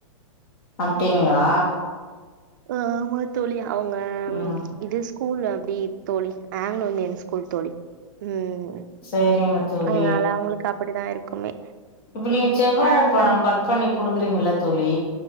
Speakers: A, on the left; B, on the right.
A: அப்டீங்ளா
B: ஆமா தோழி அவுங்க
A: ம்
B: இது ஸ் கூல் அப்டி தோழி ஆங்லோ இந்தியன் ஸ்கூல் தோழி ம்
A: சேரிங்க தோழி
B: அதுனால அவுங்களுக்கு அப் பிடிதா இருக்குமே
A: இப்ப நீங்க செவ்வாழை
B: அதனால
A: பழ கட் பண்ணி குடுக்குறீங்கள்ல தோழி